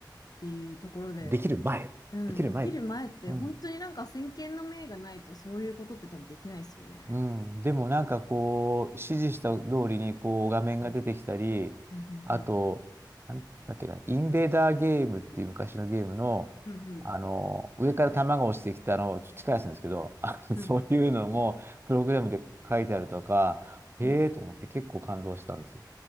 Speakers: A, on the left (about 55°); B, on the right (about 30°).
A: ていうところで、
B: できる前。
A: うん、
B: できる前って。
A: できる前って本当になんか先見の明がないとそういうことって多分できないですよね。
B: うん。うん、でもなんかこう、指示した通りにこう画面が出てきたり、
A: うん、うん、
B: あと、
A: うん、
B: なんだっけな、インベーダーゲームっていう昔のゲームの、
A: うん、
B: あの、上から弾が落ちてきたのをちょっと近いやつなんですけど、あのそういうのもプログラムで書いてあるとか、
A: うん、
B: へえと思って結構感動したんですよ。
A: うん。